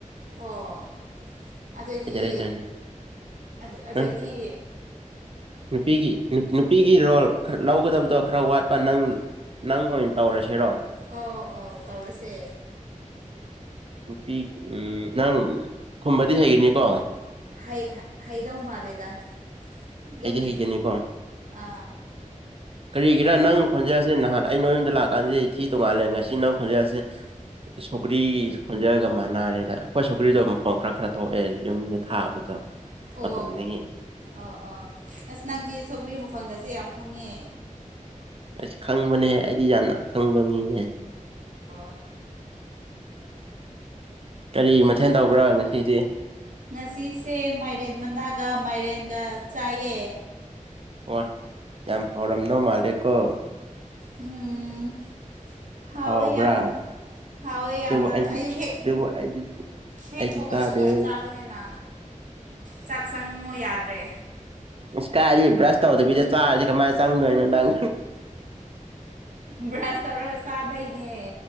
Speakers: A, on the right; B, on the right.
A: ꯑꯣ ꯑꯗꯩꯗꯤ
B: ꯑꯩ ꯗꯥꯏꯔꯦꯛꯇꯔꯅꯦ
A: ꯑ ꯑꯗꯩꯗꯤ
B: ꯅꯪ ꯅꯨꯄꯤꯒꯤ ꯅꯨꯄꯤꯒꯤ ꯔꯣꯜ ꯈꯔ ꯂꯧꯒꯗꯕꯗꯣ ꯈꯔ ꯋꯥꯠꯄ ꯅꯪ ꯅꯪ ꯑꯣꯏꯅ ꯇꯧꯔꯁꯤꯔꯣ
A: ꯑ ꯑꯥꯎ ꯇꯧꯔꯁꯦ
B: ꯅꯨꯄꯤ ꯎꯝ ꯅꯪ ꯈꯨꯝꯕꯗꯤ ꯍꯩꯒꯅꯤꯀꯣ
A: ꯍꯩ ꯍꯩꯗꯧ ꯃꯥ ꯂꯩꯦꯗꯥ ꯑꯗꯨꯝ
B: ꯍꯩꯗꯤ ꯍꯩꯒꯅꯤꯀꯣ
A: ꯑ
B: ꯀꯔꯤꯒꯤꯔ ꯅꯪ ꯈꯣꯟꯖꯔꯂꯁꯦ ꯅꯍꯥꯟ ꯑꯩ ꯅꯣꯏ ꯌꯨꯝꯗ ꯂꯥꯛꯀꯦ ꯀꯥꯟꯗꯩ ꯏꯊꯤ ꯇꯣꯡꯉꯥꯜꯂꯦ ꯉꯁꯤ ꯅꯪ ꯈꯣꯟꯖꯦꯜꯁꯦ ꯁꯧꯒ꯭ꯔꯤꯒꯤ ꯈꯣꯟꯖꯒ ꯃꯥꯟꯅꯔꯦꯗ ꯑꯩꯈꯣꯏ ꯁꯧꯀ꯭ꯔꯤꯗꯣ ꯃꯈꯣꯡ ꯈꯔ ꯈꯔ ꯊꯣꯛꯑꯦ ꯌꯨꯝꯗ ꯊꯥꯕꯗꯣ
A: ꯑꯣ
B: ꯃꯇꯣꯟꯗꯒꯤ
A: ꯑꯣ ꯑꯣ ꯑꯁ ꯅꯪꯗꯤ ꯁꯧꯒ꯭ꯔꯤ ꯃꯈꯜꯒꯁꯦ ꯌꯥꯝ ꯈꯪꯉꯤꯦ
B: ꯑꯁ ꯈꯪꯕꯅꯦꯍ ꯑꯩꯗꯤ ꯌꯥꯝꯅ ꯈꯪꯕ ꯃꯤꯅꯦ
A: ꯑꯣ
B: ꯀꯔꯤ ꯃꯊꯦꯜ ꯇꯧꯕ꯭ꯔꯥ ꯉꯁꯤꯗꯤ
A: ꯉꯁꯤꯁꯦ ꯃꯥꯏꯔꯦꯟ ꯃꯅꯥꯒ ꯃꯥꯏꯔꯦꯟꯒ ꯆꯥꯏꯑ
B: ꯋꯥ ꯌꯥꯝ ꯍꯥꯎꯔꯝꯅꯧ ꯃꯥꯜꯂꯦꯀꯣ
A: ꯎꯝ ꯍꯥꯎꯋꯦ
B: ꯍꯥꯎꯕ꯭ꯔꯥ
A: ꯌꯥꯝꯅ ꯍꯥꯎꯋꯦ
B: ꯑꯗꯨꯕꯨ
A: ꯌꯥꯝꯅ
B: ꯑꯩꯗꯤ
A: ꯑꯌꯨꯛ ꯍꯦꯛ
B: ꯑꯗꯨꯕꯨ ꯑꯩꯗꯤ
A: ꯍꯦꯛ
B: ꯑꯩꯗꯤ
A: ꯍꯧꯒꯠꯄꯒ
B: ꯆꯥꯗꯦ
A: ꯆꯥꯕꯅꯤꯅ ꯆꯥꯛ ꯆꯪꯉꯣ ꯌꯥꯗ꯭ꯔꯦ
B: ꯏꯁꯀꯥꯏꯗꯤ ꯕ꯭ꯔꯁ ꯇꯧꯗꯕꯤꯗ ꯆꯥꯔꯗꯤ ꯀꯃꯥꯏꯅ ꯆꯪꯗꯣꯏꯅꯣ ꯅꯪ
A: ꯕ꯭ꯔꯁ ꯇꯧꯔꯒ ꯆꯥꯕꯩꯅꯦ